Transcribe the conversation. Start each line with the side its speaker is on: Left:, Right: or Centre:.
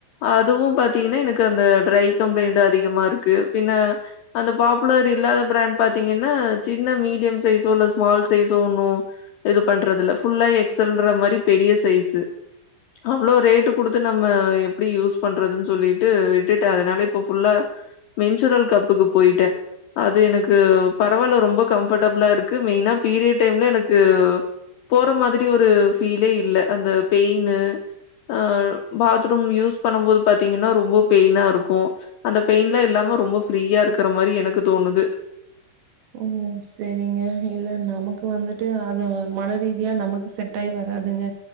Left: அதுவு பாத்தீங்கன்னா எனக்கு அந்த ட்ரை கம்ப்ளைண்ட் அதிகமா இருக்கு பின்ன அந்த பாப்புலர் இல்லாத பிராண்ட் பாத்தீங்கன்னா சின்ன மீடியம் சைஸ் உல்ல ஸ்மால் சைஸ் ஒன்னு இது பண்றதில்ல ஃபுல்லா எக்ஸல்ன்ற மாரி பெரிய சைஸு அவ்ளோ ரேட்டு கொடுத்து நம்ம எப்டி யூஸ் பண்றதுன் சொல்லிட்டு விட்டுட்டே அதனால இப்ப ஃபுல்லா மென்சுரல் கப்புக்கு போயிட்டே அது எனக்கு பரவாயில்ல ரொம்ப கம்ஃபர்டபிளா இருக்கு மெயினா பீரியட் டைம்ல எனக்கு போற மாதிரி ஒரு ஃபீலே இல்ல அந்த பெயின்னு அ பாத்ரூம் யூஸ் பண்ணும் போது பாத்தீங்கன்னா ரொம்ப பெயினா இருக்கு அந்த பெயின்லா இல்லாம ரொம்ப ஃப்ரீயா இருக்குற மாரி எனக்கு தோணுது
Right: ஓ செரிங்க இல்ல நமக்கு வந்துட்டு அத மனரீதியா நமக்கு செ டை வராதுங்க